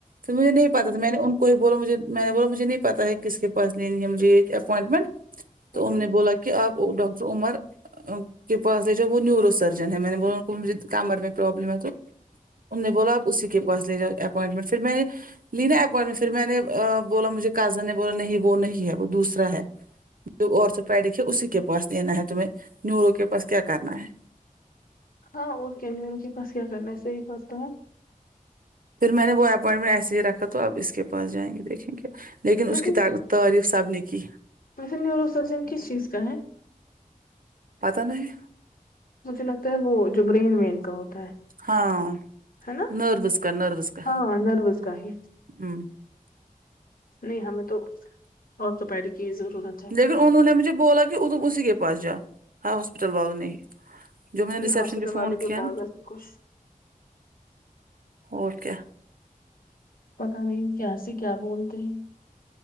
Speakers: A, on the right; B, on the left.
A: تو مجھے نہیں پتا
B: ہوں
A: تھا میں نے ان کوئی بولو مجھے میں نے بولو مجھے نہیں پتا ہے کس کے پاس لینی ہے مجھے یہ اپوائنٹمنٹ تو ان
B: ہوں
A: نے بولا کہ آپ ڈاکٹر عمر کے پاس ہے جو وہ نیورو سرجن ہے میں نے ب کو مجھے کمر میں پروابلم ہے تو ان نے بولا آپ اسی کے پاس لے جاؤ اپوائنٹمنٹ پھر میں نے لی نہ اپوائنٹمنٹ پھر میں نے بولا مجھے کازن نے بولا نہیں وہ نہیں ہے وہ دوسرا ہے جو اور سے پیڈکھ ہے اسی کے پاس لینا ہے تمہیں نوروں کے پاس کیا کرنا ہے
B: ہاں وہ کیانیم جی بس کیا کرنا ہے صحیح بات تو ہے
A: پھر میں نے وہ اپوائنٹمنٹ ایسے ہی رکھا تو اب اس کے پاس جائیں گے دیکھیں گے لیکن اس
B: ویسے
A: اسکے تعریف سب نے کی
B: ویسے نیوروسرجن کس چیز کا ہے
A: پتہ نہیں
B: مجھے لگتا ہے وہ جو برین وین کا ہوتا ہے
A: ہاں
B: ہے نا
A: نروس کا نروس کا
B: ہاں نروس کا ہے
A: ہمم
B: نہیں ہمیں تو اور توپیری کی ضرورت ہے
A: لیکن انہوں نے مجھے بولا کی اسی کے پاس جا ہر ہاسپٹل والوں نے ہی جو میں نے
B: یہ
A: ریسپشن
B: ہاسپٹل
A: پے فون
B: والے بھی
A: کیا
B: پاگل
A: نا
B: کچھ
A: اور کیا
B: پتہ نہیں کی سے کیا بولتے ہیں